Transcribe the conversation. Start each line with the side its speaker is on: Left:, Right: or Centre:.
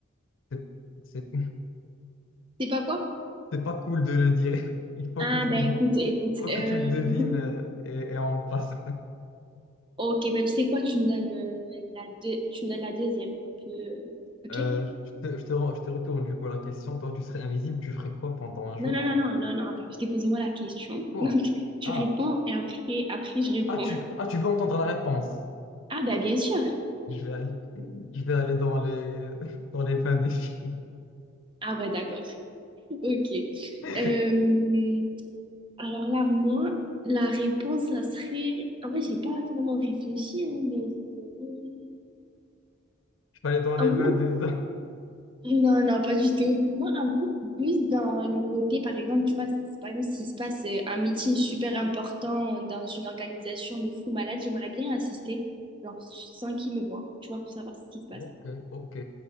Left: c'est- c'est
Right: C'est pas quoi?
Left: C'est pas cool de le dire. Il faut
Right: Ah,
Left: que tu
Right: ben
Left: le, de-
Right: écoute, écoute.
Left: faut
Right: euh,
Left: que tu le devines euh, et, et on passe.
Right: Ok, ben tu sais quoi, tu me donnes, euh, la deux... tu me donnes la deuxième, un peu. euh, Ok?
Left: Euh, je te, je te re- je te retourne du coup la question. Toi, tu serais invisible, tu ferais quoi pendant un jour?
Right: Non, non, non, non, non, non, attends, je t'ai posé moi la question.
Left: Quoi?
Right: <laughs> Donc, tu
Left: Ah,
Right: réponds et après, après, je réponds.
Left: ah, tu, ah, tu veux entendre la réponse.
Right: Ah, ben bien sûr.
Left: Je vais aller, je vais aller dans les, dans les vins des filles.
Right: Ah, ouais, d'accord. <laughs> Ok.
Left: <laughs>
Right: Euh, Alors là, moi, la réponse, ça serait. En vrai, j'ai pas vraiment réfléchi, hein, mais. je dirais-
Left: Je vais aller dans les
Right: en
Left: vins
Right: vrai,
Left: des hommes.
Right: Non, non, pas du tout. Moi, en gros, c'est plus dans le côté, par exemple, tu vois, si- par exemple, s'il se passe euh, un meeting super important dans une organisation de fou malade, j'aimerais bien assister, genre, sans qu'ils me voient, tu vois, pour savoir ce qui se passe.
Left: Ok, ok.